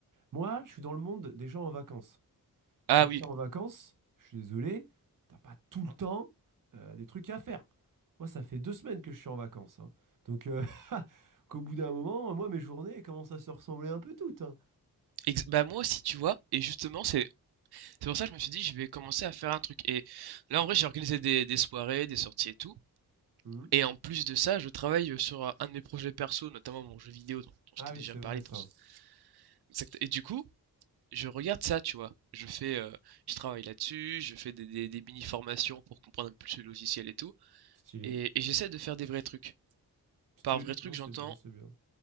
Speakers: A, on the right; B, on the right.
A: Moi, je suis dans le monde des gens en vacances.
B: Ah
A: Quand
B: oui,
A: tu es en vacances, je suis désolé, t'as pas tout le temps euh, des trucs à faire. Moi, ça fait deux semaines que je suis en vacances. hein. Donc, euh, <laughs> qu'au bout d'un moment, moi, mes journées elles commencent à se ressembler un peu toutes. hein.
B: ex bah, moi aussi, tu vois? Et justement, c'est c'est pour ça que je me suis dit: «Je vais commencer à faire un truc» et là, en vrai, j'ai organisé des des soirées, des sorties et tout
A: Mhm.
B: et en plus de ça, je travaille, sur, heu, un de mes projets perso, notamment mon jeu vidéo dont dont je
A: Ah
B: t'ai
A: oui,
B: déjà
A: c'est
B: parlé
A: vrai, ça.
B: dans ce exact et du coup, je regarde ça, tu vois? Je fais, heu, je travaille là-dessus, je fais des des des mini formations pour comprendre un peu plus le logiciel et tout
A: Stylé.
B: Et, et j'essaie de faire des vrais trucs.
A: Stylé,
B: Par vrai truc,
A: non,
B: j'entends
A: c'est bien, c'est bien.